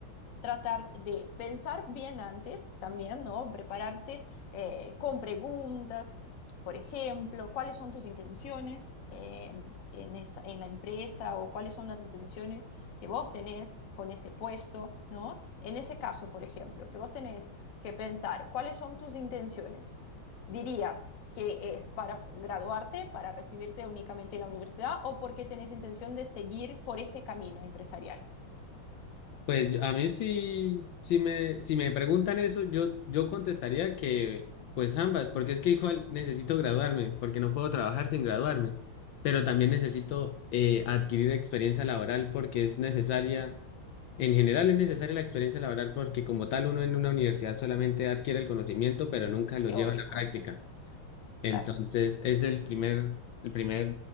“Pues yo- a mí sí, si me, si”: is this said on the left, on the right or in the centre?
Left